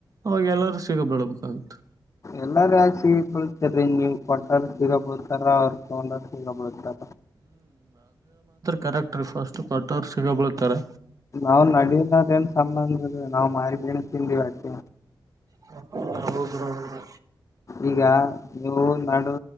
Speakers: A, on the right (about 45°); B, on the left (about 40°).
A: ಅವಾಗೆಲ್ಲರುೂ ಸಿಗ ಬಿಲ್ಬೆಕ್ ಆಗತ್ತ
B: ಎಲ್ಲರು ಯಾಕ ಸಿಗಿ ಬೀಳ್ತೀರಿ ನೀ ಕೊಟ್ಟಾರ ಸಿಗ ಬತಾರ ಅವ್ರು <unintelligible>
A: ಕರೆಕ್ಟ ಫಸ್ಟ್ ಕಟೋರ್ ಸಿಗ ಬೀಳುತ್ತಾರೆ
B: ನಾವ್ ನಡಿನದೇನ್ ಸಂಬಂಧ ನಾವ ಮಾಡಿಡಿ ಏನ್ ತಿಂದಿವವಿ ಅಕೆ
A: ಹ ಹೌದ ಹೌದು
B: ಈಗ ನೀವು ನಡು